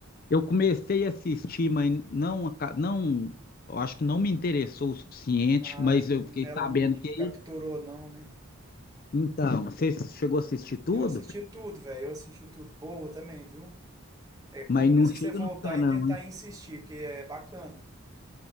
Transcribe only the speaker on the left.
eu comecei a assistir, mas não, aca- não, eu acho que não me interessou o suficiente,
mas eu fiquei
sabendo
que.
Então, você chegou a assistir tudo,
mas não chega
nos pés,
não,
hein?